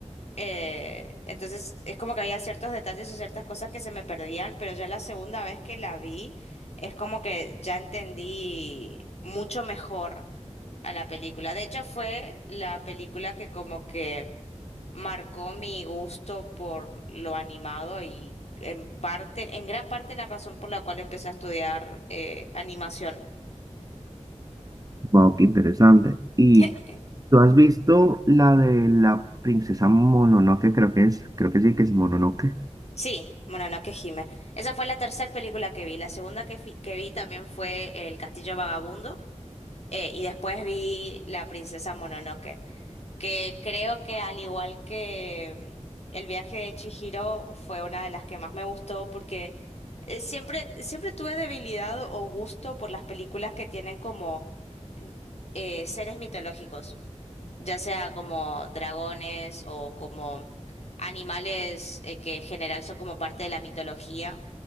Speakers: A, on the left; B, on the right.
A: Eh, entonces es como que había ciertos detalles o ciertas cosas que se me perdían, pero ya la segunda vez que la vi es como que ya entendí mucho mejor a la película. De hecho, fue la película que como que marcó mi gusto por lo animado y en parte, en gran parte la razón por la cual empecé a estudiar eh, animación.
B: Wow, qué interesante. ¿Y
A: <laughs>
B: tú has visto la de la princesa Mononoke? Creo que es, creo que sí, que es Mononoke.
A: Sí, bueno, no que gime. Esa fue la tercera película que vi. La segunda que, fi- que vi también fue El Castillo Vagabundo. Eh, y después vi La princesa Mononoke, que creo que al igual que mm, El viaje de Chihiro fue una de las que más me gustó porque eh, siempre, siempre tuve debilidad o gusto por las películas que tienen como mm, eh, seres mitológicos, ya sea como dragones o como animales eh, que en general son como parte de la mitología